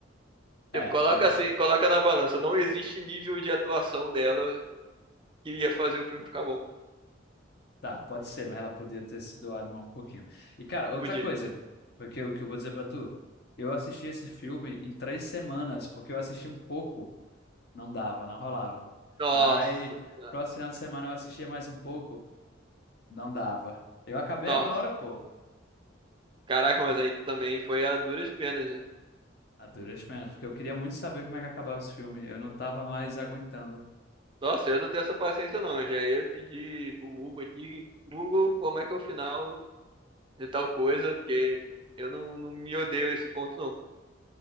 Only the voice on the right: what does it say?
Tipo, coloca
assim, coloca na balança. Não existe nível de atuação dela que ia fazer o filme ficar bom.
Podia.
Nossa,
senhora.
nossa.
Caraca, mas aí também foi a duras penas, hein?
Nossa, eu não tenho essa paciência não. Eu já ia pedir pro Google aqui, Google, como é que é o final de tal coisa, porque eu não, não me odeio a esse ponto não.